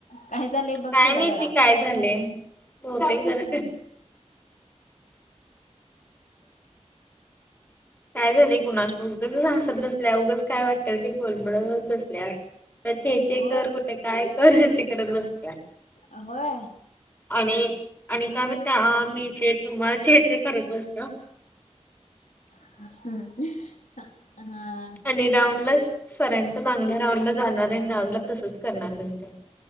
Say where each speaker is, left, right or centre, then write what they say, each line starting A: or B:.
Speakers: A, on the left (about 85°); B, on the left (about 15°).
A: काय झाले बघतीला
B: काय माहिती
A: जरा
B: काय झालंय? बहुतेक
A: हम्म.
B: जण काय झालंय कुणास ठाऊक उगाचच हासत बस ल्या उगाच काय वाटतल ते बोल बळत बसल्या चेचे
A: होय
B: कर कुठे काय कर शिकळत बसत्या.
A: अ होय.
B: आणि आणि काय माहेर काय मी चे तुम्हा चे ते करेत बसल्यो.
A: ह हा.
B: आणि राऊंड ला. सरांच्या मागण राऊंड ला जाणारे. आण राऊंड ला तसंच करणार म्हणत्या.